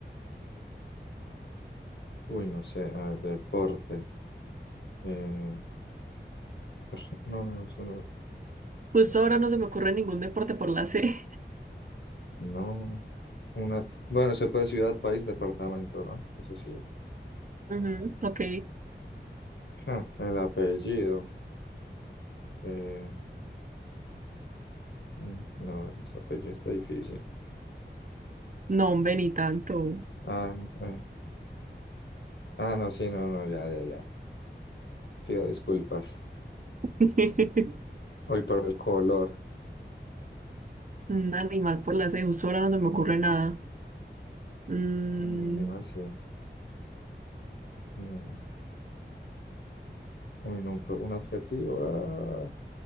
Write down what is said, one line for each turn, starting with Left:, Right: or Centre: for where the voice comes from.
Left: Uy, no sé. A ver, deporte. eh, corre- no, no, eso no.
Right: Justo
Left: No.
Right: ahora no se me ocurre ningún deporte por la C.
Left: no. Una, bueno, se puede ciudad, país, departamento, ¿no? Eso sí.
Right: Ujú, <laughs> Ok.
Left: Ja, el apellido. eh, mm, no, ese apellido está difícil.
Right: No, hombre, ni tanto.
Left: Ah, no. eh, Ah, no, sí, no, no, ya, ya, ya. Pido disculpas.
Right: <laughs>
Left: Hoy por el color.
Right: Un animal por la C, justo ahora no se me ocurre nada. Mm,
Left: Uy, animal, sí. Eh, Uy, no, pero un adjetivo. ah,